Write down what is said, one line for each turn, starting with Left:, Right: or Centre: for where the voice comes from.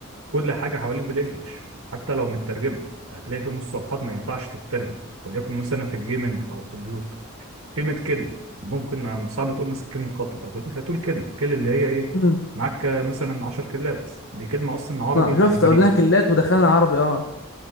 Right: كل حاجة حواليك بالانجلش حتى لو مترجمة هتلاقي في مصطلحات ما ينفعش تترجم وليكن مثلا في الجيمنج او الكمبيوتر كلمة كل ممكن عم- صعب تقول مثلا كلمة قتل أو كده لا تقول كل كل اللي هي إيه
Left: امم
Right: معاك مثلا 10 كلات دي كلمة أصلا عربي
Left: اه شفت
Right: على إنجليزي
Left: قلناها كلات ودخلنا عربي اه